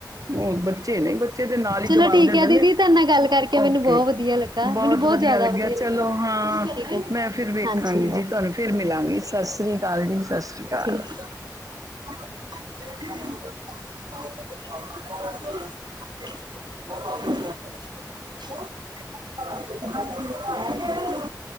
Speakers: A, on the right; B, on the right.
A: ਓ ਬੱਚੇ ਨੇ ਬੱਚੇ ਤੇ ਨਾਲ ਈ
B: ਚਲੋ
A: ਜਵਾਬ
B: ਠੀਕ
A: ਦੇ
B: ਹੈ
A: ਦਿੰਦੇ,
B: ਦੀਦੀ ਤੁਹਾਡੇ ਨਾਲ ਗੱਲ ਕਰਕੇ ਮੈਨੂੰ
A: ਓਕੇ।
B: ਬਹੁਤ ਵਧੀਆ ਲੱਗਾ
A: ਬੌਤ
B: ਮੈਨੂੰ ਬਹੁਤ
A: ਵਦੀਆ
B: ਜ਼ਿਆਦਾ
A: ਲੱਗਿਆ
B: ਵਧੀਆ ਲੱਗਾ।
A: ਚਲੋ ਹਾਂ,
B: ਠੀਕ ਹੈ
A: ਮੈਂ ਫਿਰ ਵੇਖਾਂਗੀ
B: ਹਾਂਜੀ
A: ਜੀ ਤੁਆਨੂੰ ਫਿਰ ਮਿਲਾਂਗੀ ਸਾਸ ਸ੍ਰੀ ਕਾਲ ਜੀ ਸਾਸ੍ਰੀ ਅਕਾਲ।
B: ਠੀਕ। <unintelligible> <unintelligible> <unintelligible>